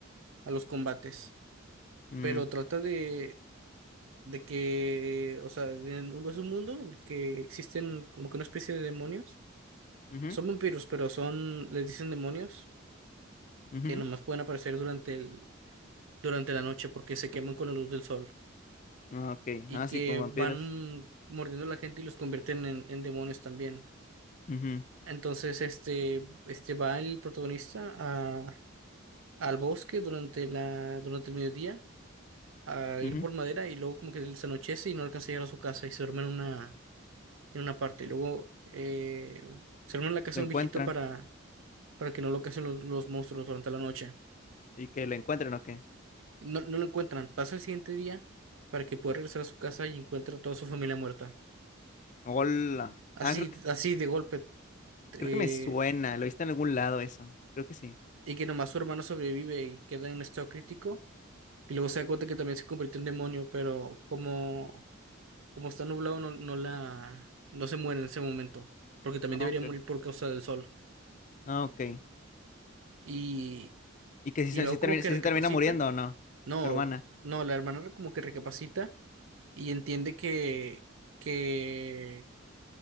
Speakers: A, on the right (about 75°); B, on the left (about 40°).
A: a los combates.
B: Mm,
A: Pero trata de, de que, o sea, en un- es un mundo en el que existen como que una especie de demonios.
B: ujú,
A: Son vampiros, pero son, les dicen demonios,
B: ujú,
A: que nomás pueden aparecer durante el, durante la noche porque se queman con la luz del sol.
B: Ok.
A: y
B: Ah,
A: que
B: sí, como vampiros.
A: van mordiendo a la gente y los convierten en, en demonios también.
B: Ujú,
A: Entonces, este, este va el protagonista a, al bosque durante la, durante el mediodía a
B: ujú.
A: ir por madera y luego como que se anochece y no alcanza a llegar a su casa y se duerme en una, en una parte. Y luego eh, se duerme en la casa
B: Lo encuentran.
A: de un viejito para, para que no lo casen los, los monstruos durante la noche.
B: ¿Y que lo encuentran o qué?
A: No, no lo encuentran. Pasa el siguiente día para que pueda regresar a su casa y encuentra a toda su familia muerta.
B: Hola.
A: Así,
B: Ah, creo que,
A: así de golpe. eh,
B: creo que me suena. Lo viste en algún lado eso. Creo que sí.
A: y que nomás su hermano sobrevive y queda en estado crítico. Y luego se da cuenta que también se convirtió en demonio, pero como, como está nublado, no, no la, no se muere en ese momento, porque también
B: Ah,
A: debería
B: ok.
A: morir por causa del sol.
B: Ah, ok.
A: Y,
B: ¿Y que si
A: y
B: se,
A: luego
B: si termina,
A: como que
B: si
A: recapacita,
B: se termina muriendo o no?
A: no,
B: Tu hermana.
A: no, la hermana como que recapacita y entiende que, que,